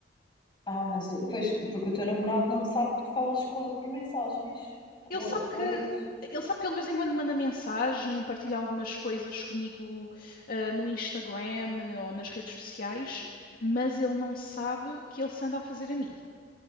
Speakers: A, on the left (about 25°); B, on the left (about 50°).
A: Ah, mas pois, porque o teu namorado não sabe que tu falas com ele por mensagens, com
B: Ele sabe
A: o com
B: que
A: o ex.
B: ele sabe que ele de vez em quando manda mensagem, partilha algumas coisas comigo uh, no Instagram ah, ou nas redes sociais, mas ele não sabe que ele se anda a fazer a mim.